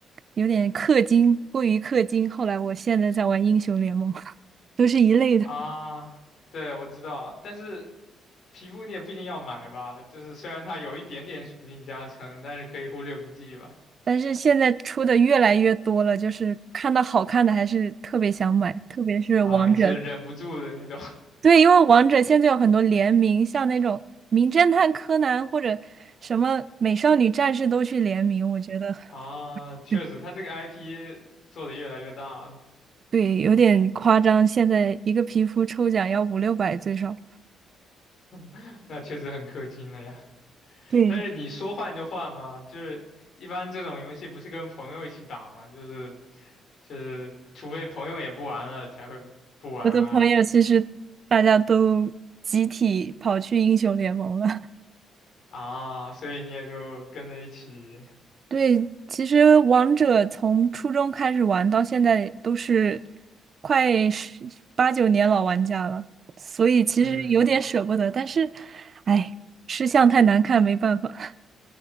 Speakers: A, on the right; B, on the left.
A: 有点氪金，过于氪金。后来我现在在玩英雄联盟，<laughs> 都是一类的。
B: 啊，对，我知道，但是皮肤你也不一定要买吧，就是虽然它有一点点属性加成，但是可以忽略不计吧。
A: 但是现在出的越来越多了，就是看到好看的还是特别想买，特别是王者。
B: 啊，你是忍不住的那种
A: 对，因为王者现在有很多联名，像那种《名侦探柯南》或者什么《美少女战士》都去联名，我觉得
B: <laughs> 啊，确实，
A: 对
B: 它这个 IP 做的越来越大了，
A: 对有点夸张。现在一个皮肤抽奖要五六百最少。
B: <laughs> 那确实很氪金了呀。
A: 对，
B: 但是你说换就换嘛，就是一般这种游戏不是跟朋友一起打嘛，就是就是除非朋友也不玩了才会不玩啊
A: 我的朋友其实大家都集体跑去英雄联盟了。
B: 啊，所以你也就跟着一起，
A: 对，其实王者从初中开始玩到现在都是快十八九年老玩家了，所以其实有点舍不得，
B: 嗯。
A: 但是，哎，吃相太难看，没办法。<laughs>